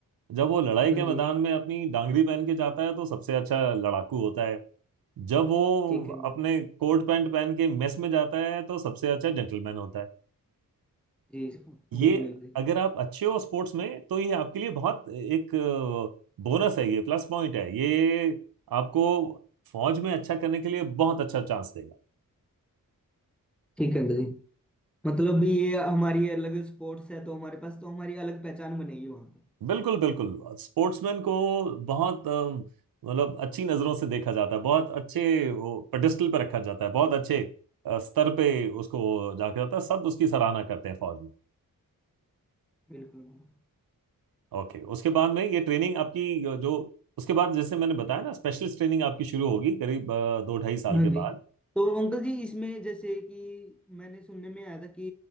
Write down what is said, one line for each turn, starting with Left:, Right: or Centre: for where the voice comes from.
Right: जब वो लड़ाई
Centre: हाँ
Right: के मैदान
Centre: जी
Right: में अपनी डांगरी पहन के जाता है तो सबसे अच्छा लड़ाकू होता है जब वो
Centre: ठीक है अंकल
Right: अपने कोट पैंट पहन के मेस में जाता है तो सबसे अच्छा जेंटलमैन होता है
Centre: जी जी
Right: ये
Centre: बिल्कुल अंकल जी
Right: अगर आप अच्छे हो स्पोर्ट्स में तो ये आपके लिए बहुत एक बोनस है ये प्लस पॉइंट है ये आपको फौज में अच्छा करने के लिए बहुत अच्छा चांस देगा
Centre: ठीक है अंकल जी मतलब ये हमारी अलग स्पोर्ट्स है तो हमारे पास तो हमारी अलग पहचान बनेगी वहाँ पे
Right: बिल्कुल बिल्कुल स्पोर्ट्समैन को बहुत अ, मतलब अच्छी नजरों से देखा जाता है बहुत अच्छे वो पेडिस्टल पे रखा जाता है बहुत अच्छे अ, स्तर पे उसको जाके जाता है सब उसकी सराहना करते हैं फौज में
Centre: बिल्कुल अंकल।
Right: ओके उसके बाद में ये ट्रेनिंग आपकी अ, जो उसके बाद जैसे मैंने बताया ना स्पेशलिस्ट ट्रेनिंग आपकी शुरू होगी करीब अ, दो ढाई साल
Centre: हाँ
Right: के
Centre: जी
Right: बाद
Centre: तो अंकल जी इसमें जैसे कि मैंने सुनने में आया था कि